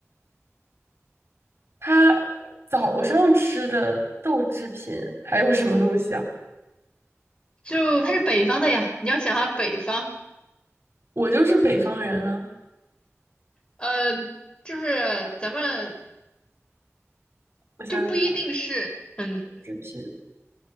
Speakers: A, on the right; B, on the left.
A: 它早上吃的豆制品还有什么东西啊？
B: 就它是北方的呀。你要想下北方，
A: 我就是北方人啊，
B: 呃，就是咱们
A: 我想想看，
B: 就不一定是嗯
A: 纸皮，